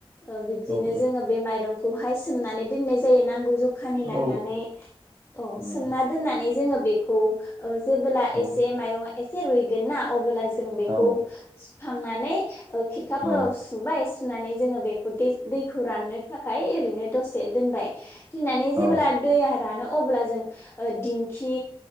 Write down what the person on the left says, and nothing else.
ओ बिब्दिनो
जोङो बे माइरंखौ हाय सोमनानै दोननाय जायो नांगौ ज खानि
लानानै औ
सोमना दोननानै जोङो बेखौ जेबोला
एसे माइरङा एसे रुइगोन ना अबोला जों बेखौ
सुखां नानै ओ खिरखा फोराव
सुबाय सुनानै जोङो बे दे दैखौ राननो थाखाय ओरैनो दसे दोनबाय दोननानै जेब्ला
दैया रानो अब्ला जों ओ दिंखि